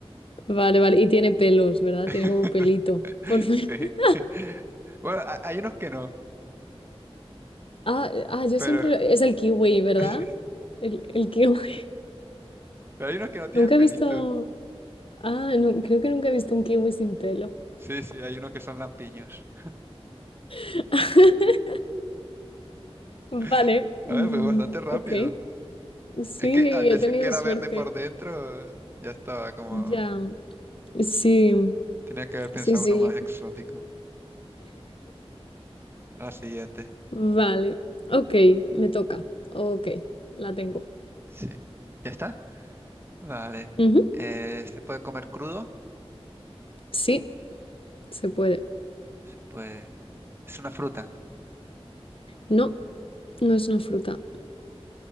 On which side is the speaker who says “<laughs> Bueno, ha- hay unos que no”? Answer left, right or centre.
Right